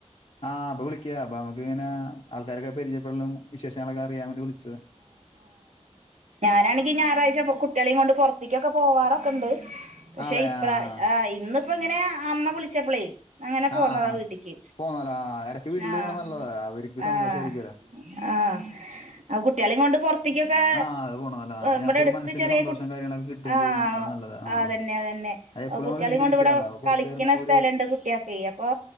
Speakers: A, on the left; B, on the right.
A: ആഹ, അപ്പോ വിളിക്കാ. ഇങ്ങനെ ആൾക്കാരൊക്കെ പരിചയപ്പെടലും വിശേഷങ്ങളൊക്കെ അറിയാൻ വേണ്ടി വിളിച്ചത്.
B: ഞാനാണെങ്കിൽ ഞായറഴ്ച്ച കുട്ടികളെ കൊണ്ട് പുറത്ത്ക്കൊക്കെ പോവാറൊക്കെ ഉണ്ട്. പക്ഷെ,
A: ആളെ
B: ഇപ്ര
A: ആ
B: ഇന്നിപ്പോ ഇങ്ങനെ അമ്മ വിളിച്ചപ്പളേ. അങ്ങനെ പോന്നതാ
A: ആ
B: വീട്ടിക്ക്
A: പോന്നല്ല ഇടയ്ക്ക് വീട്ടിൽ
B: ആഹ.
A: പോണ നല്ലതാ അവർക്ക്
B: ആഹ-ആഹ-ആ
A: സന്തോഷമായിരിക്കുമല്ലോ
B: കുട്ടികളെയും കൊണ്ട് പുറത്ത്, റത്ത് കൊക്കെ
A: ആ അത് പോണതല്ല
B: ഇവിടെ
A: നമുക്കൊരു
B: അടുത്ത്
A: മനസ്സിന്
B: ചെറിയ
A: സന്തോഷം
B: കു' <unintelligible>
A: കാര്യങ്ങളൊക്കെ കിട്ടുകയും
B: 'ആഹ്-
A: ചെയ്യും അത് നല്ലത് ആ
B: ആഹ്-അതെന്നെ അതെന്നെ,
A: അത് എപ്പോഴും
B: കുട്ടികളെ
A: നമ്മൾ വീട്ടിലിരിക്കാനുള്ള
B: കൊണ്ട് ഇവിടെ
A: അപ്പൊ പുറത്ത്
B: കളിക്കുന്ന
A: ഇറങ്ങുമ്പോ
B: സ്ഥലംണ്ട്
A: ഒരു
B: കുട്ടിയക്കെ അപ്പൊ.